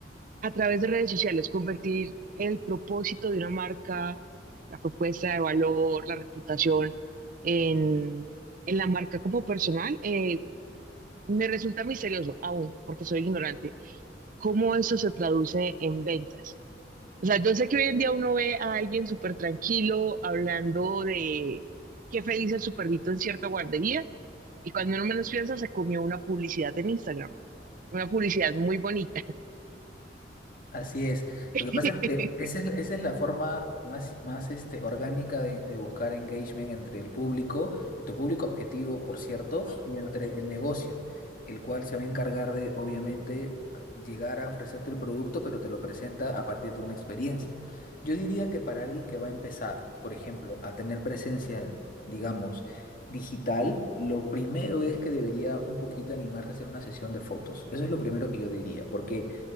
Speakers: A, on the right; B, on the left.
A: a través de redes sociales, convertir el propósito de una marca, la propuesta de valor, la reputación en, en la marca como personal. eh, me resulta misterioso aún, porque soy ignorante. ¿Cómo eso se traduce en ventas? O sea, yo sé que hoy en día uno ve a alguien súper tranquilo hablando de qué feliz es su perrito en cierta guardería y cuando uno menos piensa se comió una publicidad en Instagram, una publicidad muy bonita.
B: Así es.
A: <laughs>
B: Lo que pasa es que esa es, esa es la forma más, más este, orgánica de, de buscar engagement entre el público, y tu público objetivo, por cierto, y entre el negocio, el cual se va a encargar de, obviamente, llegar a ofrecerte el producto, pero te lo presenta a partir de una experiencia. Yo diría que para alguien que va a empezar, por ejemplo, a tener presencia, digamos, digital, lo primero es que debería un poquito animarse a hacer una sesión de fotos. Eso es lo primero que yo diría, porque...